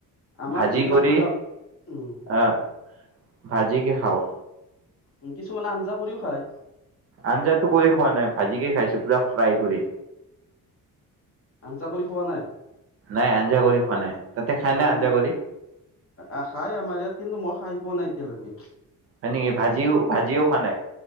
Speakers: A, on the left (about 40°); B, on the right (about 45°).
A: আমাৰ
B: ভাজি
A: ইয়াতো
B: কৰি,
A: গা উম
B: আহ। ভাজি কে খাও।
A: উম, কিছুমানে আঞ্জা কৰিও খায়।
B: আঞ্জাতো কৰি খোৱা নাই। ভাজিকে খাইছো পুৰা ফ্ৰাই
A: হয়।
B: কৰি।
A: আঞ্জা কৰি খোৱা নাই?
B: নাই আঞ্জা কৰি খোৱা নাই। তাতে খাই
A: নাই
B: আঞ্জা কৰি
A: অ খাই আমাৰ ইয়াত কিন্তু মই খাই পোৱা নাই এতিয়ালৈকে।
B: হয় নেকি ভাজিও ভাজিও খোৱা নাই।